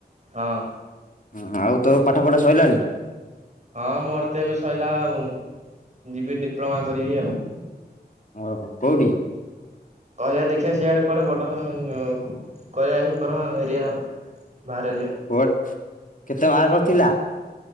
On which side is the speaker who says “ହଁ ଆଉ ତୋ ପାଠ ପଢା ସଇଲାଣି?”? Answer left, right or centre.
Left